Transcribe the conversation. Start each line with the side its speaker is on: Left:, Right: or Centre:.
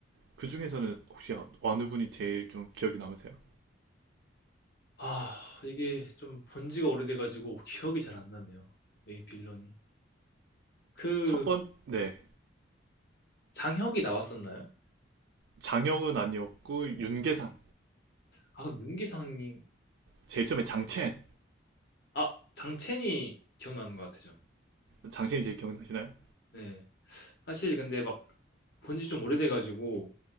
Right: 그 중에서는 혹시 어느 분이 제일 좀 기억에 남으세요?
Left: 아, 이게 좀 본 지가 오래돼가지고 <laughs> 기억이 잘 안 나네요. 메인 빌런이. 그,
Right: 첫 번, 네.
Left: 장혁이 나왔었나요?
Right: 장혁은 아니었고 윤계상.
Left: 아, 그럼 윤기상이,
Right: 제일 처음에 장첸.
Left: 아, 장첸이 기억나는 것 같아요, 전.
Right: 장첸이 제일 기억나시나요?
Left: 네. 사실 근데 막 본 지 좀 오래돼가지고,